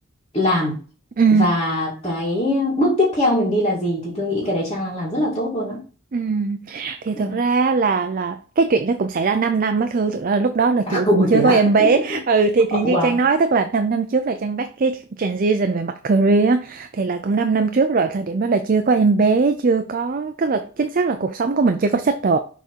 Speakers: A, on the left; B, on the right.
A: làm
B: Ừ.
A: và cái bước tiếp theo mình đi là gì thì tôi nghĩ cái đấy Trang đang làm rất là tốt luôn á
B: Ừ. Thì thực
A: ừ
B: ra là là cái chuyện đó cũng xảy ra 5 năm á Thư thực ra là lúc đó là chị
A: À, <laughs> ủa
B: cũng chưa
A: thế á?
B: có em bé
A: <laughs>
B: ừ thì thì như
A: Wow.
B: Trang nói tức là 5 năm trước là Trang bắt cái transition về mặt career á, thì là cũng 5 năm trước rồi thời điểm đó là chưa có em bé chưa có tức là chính xác là cuộc sống của mình chưa có settle